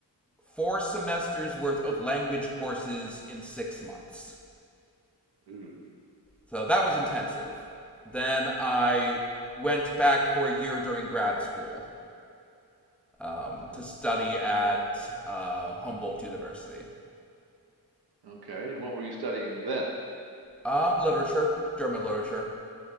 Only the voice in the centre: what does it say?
four semesters worth of language courses in six months.
So that was intensive. Then I went back for a year during grad school um,
to study at uh, Humboldt University.
Um, literature, German literature.